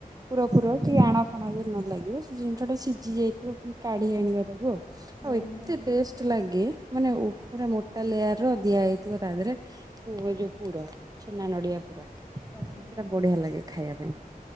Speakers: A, on the right (about 25°); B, on the left (about 15°).
A: ପୁର ଫୁର କି ଆଣ ଫାଣ ଯି ନ ଲାଗିବ ସେ ଜିନିଷ ଟା ସ ଜି ଯାଇଥିବ ପୁଣି କାଢି ଆଣିବା ତାକୁ ଆ
B: ହୁଁ
A: ଆଉ ଏତେ
B: ହୁଁ
A: ଟେଷ୍ଟ ଲାଗେ ମାନେ ଉପରେ ମୋଟା ଲେୟାର ର ଦିଆଯାଇଥିବ ତା ଦେହରେ ପୁ ଯୋଉ ପୁର ଛେନା ନଡିଆ ପୁର।
B: ଆଜ୍ଞା।
A: ସେଟା ବଢିଆ ଲାଗେ ଖାଇଆ ପାଇଁ।